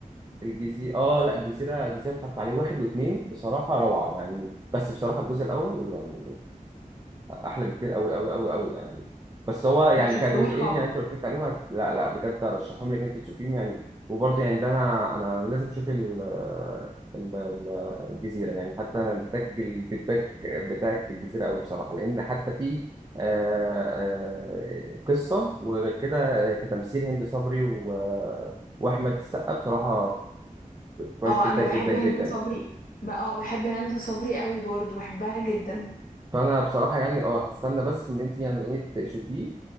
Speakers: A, on the right; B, on the left.
A: الجزيرة اه لا الجزيرة الجزيرة اتفرجت عليه واحد واثنين بصراحة روعة يعني بس بصراحة الجزء الأول يعني أحلى بكتير أوي أوي أوي أوي يعني بس هو يعني
B: ما شفتهوش
A: كجزئين
B: خالص
A: يعني أنت لو اتفرجت عليهم هت... لا لا بجد أرشحهم لك أنت تشوفيهم يعني وبرضه يعني ده أنا أنا لازم أشوف ال... ال... ال- الجزيرة يعني حتى أنا محتاج الفيدباك بتاعك في الجزيرة أوي بصراحة لأن حتى في آه، آه، قصة وغير كده آه، كتمثيل هند صبري و واحمد السقا بصراحه كويس
B: اه
A: جدا
B: انا بحب
A: جدا جدا
B: هند صبري ب- اه بحب هند صبري قوي برضو بحبها جدا
A: فانا بصراحه يعني اه هستنى بس ان انت يعني ايه تشوفيه